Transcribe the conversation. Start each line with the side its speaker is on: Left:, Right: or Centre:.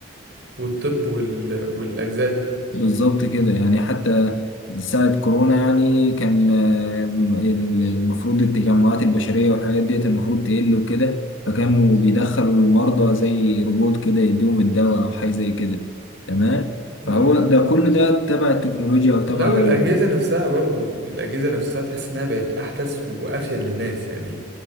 Right: والطب وال... والأجزاء دي
Left: بالظبط كده يعني حتى ساعة كورونا يعني كان آه، ال- المفروض التجمعات البشرية والحاجات ديت المفروض تقل وكده فكانوا بيدخلوا المرضى زي روبوت كده يديهم الدواء أو حاجة زي كده تمام
Right: مم.
Left: فهو ده كل ده تبع التكنولوجيا أو تبع
Right: لا والأجهزة
Left: ال...
Right: نفسها برضو الأجهزة نفسها تحس إنها بقت أحدث وأفيد للناس يعني